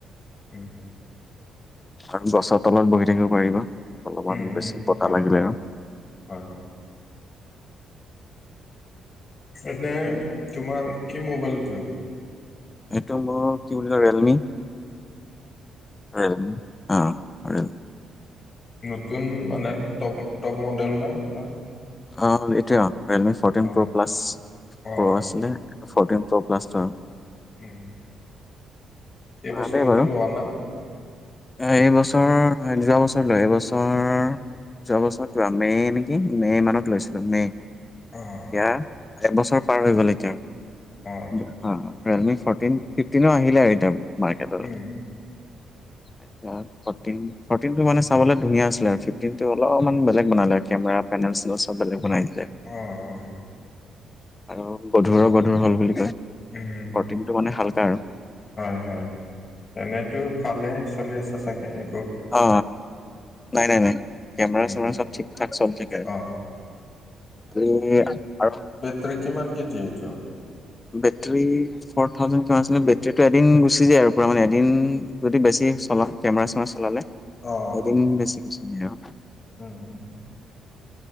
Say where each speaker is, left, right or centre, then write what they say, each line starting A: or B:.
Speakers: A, on the left; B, on the left.
A: উম।
B: আৰু গছৰ তলত বহি থাকিব পাৰিবা, অলপমান
A: উম, উম,
B: বেছি বতাহ
A: হয়,
B: লাগিলে
A: হয়,
B: আৰু।
A: হয়। এনেই তোমাৰ কি মোবাইল এইটো?
B: এইটো মোৰ কি বুলি কয় ৰিয়েলমি ৰিয়েলমি অ ৰিয়ে
A: নতুন মানে টপ টপ মডেল না না?
B: অঁহ এতিয়া ৰিয়েলমি ফ'ৰ্টিন
A: অ',
B: প্ৰ প্লাছ প্ৰ
A: অ',
B: আছিলে ফৰ্টিন প্ৰ প্লাছটো আৰু।
A: <inaudible> এইবছৰতে
B: ভালেই বাৰু।
A: লোৱা না?
B: এইবছৰ যোৱা বছৰলৈ এইবছৰ যোৱাবছৰত লোৱা, মে নেকি মে মানত লৈছিলো মে।
A: অঁ।
B: এতিয়া একবছৰ পাৰ হৈ গ'ল এতিয়া অ
A: আচ্ছা, আচ্ছা,
B: ৰিয়েলমি ফৰ্টিন ফিফটিনো আহিলে আৰু এতিয়া মাৰ্কেটত।
A: উম, <unintelligible>
B: ফৰ্তিন, ফৰ্তিন টো মানে চাবলৈ ধুনীয়া আছিলে আৰু ফিফটিন টো অলপমান বেলেগ বনালে আৰু কেমেৰাত পেলেন চেনেল চব বেলেগ বনাই তে
A: অ', অ',
B: আৰু গধুৰৰ গধুৰ হল বুলি কয়,
A: উম।
B: ফৰ্তিণ টো মানে হালকা আৰু।
A: হয় হয় এনেতো ফালে চলি আছে চাগে এ
B: অ নাই নাই নাই। কেমেৰা
A: উম
B: চেমেৰা
A: উম
B: চব ঠিক ঠাক চলি থাকে,
A: অ
B: তোৰ আৰু
A: তোৰে কিমান কেজি এইটো?
B: বেটৰী ফ'ৰ থাউজেণ্ড প্লাছ বেটৰীটো এদিন গুচি যায় আৰু মানে এদিন যদি বেছি চলা কেমেৰা চেমেৰা চলালে
A: অ অ
B: এদিন বেছি গুছি জাই আও।
A: উম। উম